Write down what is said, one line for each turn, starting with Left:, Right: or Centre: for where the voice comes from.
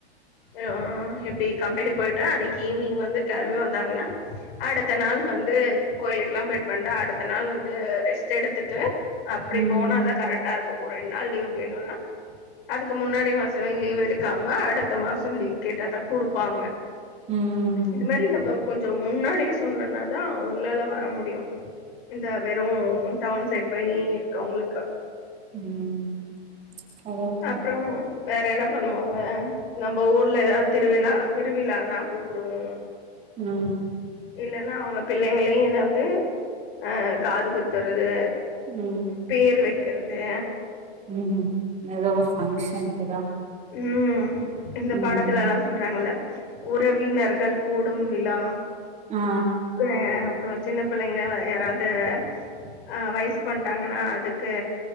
Left: ஆ எப்டி கம்பேனி போய்ட்டா அன்னிக்கி ஈவ்னிங் வந்து கெளம்பி வந்தாங்கன்னா அடுத்த நாள் வந்து கோயிலுக்குல்லா போயிட்டு வண்டு அடுத்த நாள் வந்து ரெஸ்ட் எடுத்துட்டு அப்டி
Right: ம்
Left: போனா தா கரெக்டா இருக்கு ஒரு ரெண்டு நாள் லீவ் வேணுனா அதுக்கு முன்னாடி மாசமே லீவ் எடுக்காம அடுத்த மாச லீவ் கேட்டாதா குடுப்பாங்க
Right: ம்
Left: இது மாரி நம்ம கொஞ்சோ முன்னாடியே சொன்னோன்னாதா அவங்களால வர முடியு இந்த வெறு டவுன் சைட் போய் இருக்கவங்களுக்கு
Right: ம் அதுவு
Left: அப்றோ
Right: கரெக்ட் தா
Left: வேற என்ன பண்ணுவாங்க நம்ம ஊர்ல எதாவது திருவிழா திருவிழானா கூப்பிடுவோ
Right: ம்
Left: இல்லன்னா அவுங்க பிள்ளைங்களை எதாவது ஆ காது குத்தறது
Right: ம்
Left: பேரு வெக்கிறது
Right: ம் ஹும் ஏதோ ஒரு ஃபங்க்ஷனுக்கு தா
Left: ம் இந்த பாடத்துல
Right: ம்
Left: அதா சொல்றாங்கல்ல உறவினர்கள் கூடும் விழா
Right: அ ஆ
Left: வேற பிரச்ன பண்ணீங்க யாராவது அ வயஸ்க்கு வண்டாங்கன்னா அதுக்கு